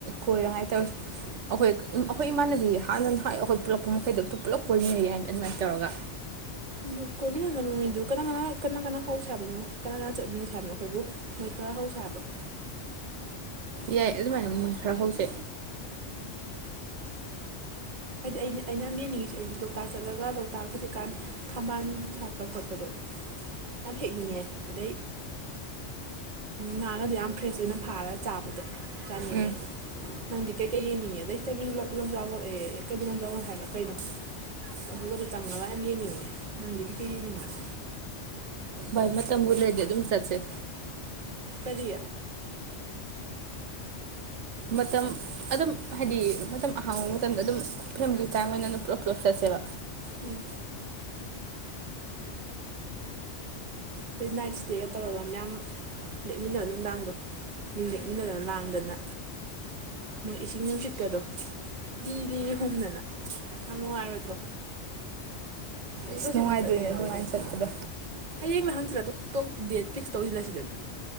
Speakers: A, on the right; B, on the right.
A: ꯀꯣꯏꯔꯉꯥꯏ ꯇꯧꯔꯤꯁꯦ ꯑꯩꯈꯣꯏ ꯑꯩꯈꯣꯏ ꯏꯃꯥꯟꯅꯕꯤ ꯍꯥꯟꯅ ꯅꯍꯥꯟ ꯑꯩꯈꯣꯏ ꯄꯨꯜꯂꯛꯄ ꯃꯈꯩꯗꯣ ꯑꯝ ꯄꯨꯂꯞ ꯀꯣꯏꯃꯤꯟꯅꯩ ꯌꯥꯏꯅ ꯑꯗꯨꯃꯥꯏꯅ ꯇꯧꯔꯒ
B: ꯑꯗꯨ ꯀꯣꯏꯃꯤꯅꯟꯕ ꯃꯤꯗꯨ ꯀꯅꯥ ꯀꯅꯥ ꯀꯅꯥ ꯀꯅꯥ ꯍꯧꯁꯥ ꯍꯥꯏꯕꯅꯣ ꯀꯅꯥ ꯀꯅꯥ ꯆꯠꯃꯤꯅꯁꯦ ꯍꯥꯏꯕꯅꯣ ꯑꯩꯈꯣꯏꯕꯨ ꯃꯣꯏ ꯈꯔ ꯍꯧꯁꯦ ꯍꯥꯏꯕꯔꯣ
A: ꯌꯥꯏ ꯑꯗꯨꯃꯥꯏꯅ ꯃꯣꯏ ꯈꯔ ꯍꯧꯁꯦ
B: ꯍꯥꯏꯗꯤ ꯑꯩꯅ ꯑꯩꯅ ꯌꯥꯝ ꯌꯦꯡꯅꯤꯡꯉꯤꯁꯦ ꯑꯩꯗꯤ ꯂꯣꯛꯇꯥꯛ ꯆꯠꯂꯒ ꯂꯣꯛꯇꯥꯛ ꯍꯧꯖꯤꯛꯀꯥꯟ ꯊꯝꯕꯥꯜ ꯁꯥꯠꯄ ꯈꯣꯠꯄꯗꯣ ꯌꯥꯝ ꯍꯦꯛꯅꯤꯡꯉꯦ ꯑꯗꯩ ꯉꯥꯒꯗꯣ ꯌꯥꯝ ꯐ꯭ꯔꯦꯁ ꯑꯣꯏꯅ ꯐꯥꯔ ꯆꯥꯕꯗꯣ ꯆꯥꯅꯤꯡꯉꯦ
A: ꯎꯝ
B: ꯅꯪꯗꯤ ꯀꯩꯀꯩ ꯌꯦꯡꯅꯤꯡꯉꯦ ꯑꯗꯩ ꯀꯩꯕꯨꯜ ꯂꯝꯖꯥꯎ ꯂꯑꯦ ꯀꯩꯕꯨꯂ ꯂꯝꯖꯥꯎ ꯍꯥꯏꯕ ꯀꯩꯅꯣ ꯑꯗꯨꯒꯗꯨ ꯆꯪꯉꯒ ꯌꯥꯝ ꯌꯦꯡꯅꯤꯡꯉꯦ ꯅꯪꯗꯤ ꯀꯩꯀꯩ ꯌꯦꯡꯅꯤꯡꯕꯅꯣ
A: ꯚꯏ ꯃꯇꯝꯕꯨ ꯂꯩꯔꯗꯤ ꯑꯗꯨꯝ ꯆꯠꯁꯤ
B: ꯀꯔꯤ
A: ꯃꯇꯝ ꯑꯗꯨꯝ ꯍꯥꯏꯗꯤ ꯃꯇꯝ ꯑꯍꯥꯡꯕ ꯃꯇꯝꯗ ꯑꯗꯨꯝ ꯐꯦꯃꯤꯂꯤ ꯇꯥꯏꯝ ꯑꯣꯏꯅ ꯑꯗꯨꯝ ꯄꯨꯂꯞ ꯄꯨꯂꯞ ꯆꯠꯁꯦꯕ
B: ꯎꯝ ꯑꯗꯩ ꯅꯥꯏꯠ ꯏꯁꯇꯦꯒ ꯇꯧꯔꯒ ꯃꯌꯥꯝ ꯂꯦꯛꯃꯤꯟꯕ ꯃꯌꯥꯝꯗꯨ ꯂꯦꯛꯃꯤꯅꯗꯅ ꯂꯥꯡꯗꯅ ꯃꯣꯏ ꯏꯁꯤꯡ ꯅꯨꯡꯁꯤꯠꯀꯗꯣ ꯂꯤ ꯂꯤ ꯍꯨꯝꯗꯅ ꯌꯥꯝ ꯅꯨꯡꯉꯥꯏꯔꯣꯏꯗ꯭ꯔꯣ ꯑꯩ
A: ꯑꯁ
B: ꯍꯧꯖꯤꯛꯃꯛ
A: ꯅꯨꯡꯉꯥꯏꯗꯣꯏꯅꯦ
B: ꯆꯠꯅꯤꯡꯉꯕꯅꯤ
A: ꯑꯗꯨꯃꯥꯏꯅ ꯆꯠꯄꯗꯣ
B: ꯍꯌꯦꯡꯅ ꯍꯪꯁꯤꯜꯂ ꯇ ꯗꯦꯠ ꯐꯤꯛꯁ ꯇꯧꯁꯤꯜꯂꯁꯤꯗꯅ